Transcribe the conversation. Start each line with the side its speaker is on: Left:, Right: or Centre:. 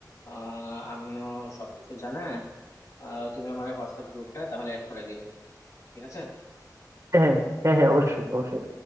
Left: আহ আমিও সবকিছু জানা আহ তুমি আমার হোয়াটসঅ্যাপ গ্রুপটায় তাহলে অ্যাড করে দিও ঠিক আছে
Right: হ্যাঁ হ্যাঁ হ্যাঁ হ্যাঁ অবশ্যই অবশ্যই